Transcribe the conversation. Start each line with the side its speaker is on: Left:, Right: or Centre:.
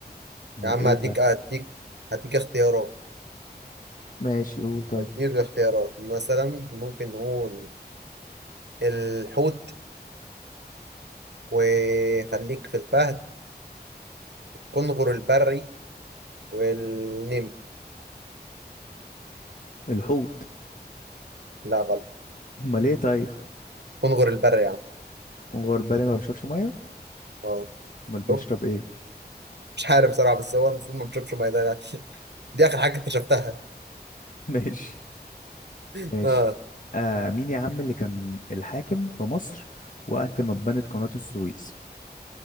Left: امال
Right: يا عم
Left: ايه
Right: هديك
Left: ده
Right: هديك هديك اختيارات
Left: ماشي قول طيب
Right: هديك اختيارات مثلا ممكن نقول الحوت وخليك في الفهد كنغر البري والنمر
Left: الحوت
Right: لا غلط
Left: امال ايه طيب
Right: كنغر البري يا عم
Left: غربال ما بيشربش ميه
Right: اه
Left: امال بيشرب
Right: شوف
Left: ايه
Right: مش عارف بصراحة بس هو المفروض ما بيشربش مية ده لا. <laughs> دي آخر حاجة اكتشفتها
Left: <laughs> ماشي
Right: <laughs>
Left: ماشي
Right: اه
Left: آه مين يا عم اللي كان الحاكم في مصر وقت ما اتبنت قناة السويس